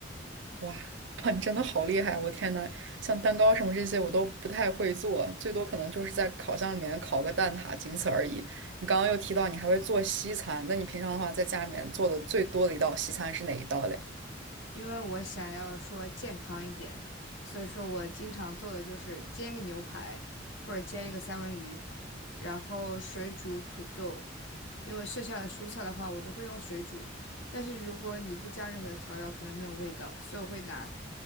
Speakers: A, on the right; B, on the left.
A: 哇，哇你真的好厉害！我天呐，像蛋糕什么这些我都不太会做，最多可能就是在烤箱里面烤个蛋挞，仅此而已。你刚刚又提到你还会做西餐，那你平常的话在家里面做的最多的一道西餐是哪一道嘞？
B: 因为我想要说健康一点，所以说我经常做的就是煎一个牛排或者煎一个三文鱼，然后水煮土豆。因为剩下的蔬菜的话，我都会用水煮，但是如果你不加任何的调料，可能没有味道，所以我会拿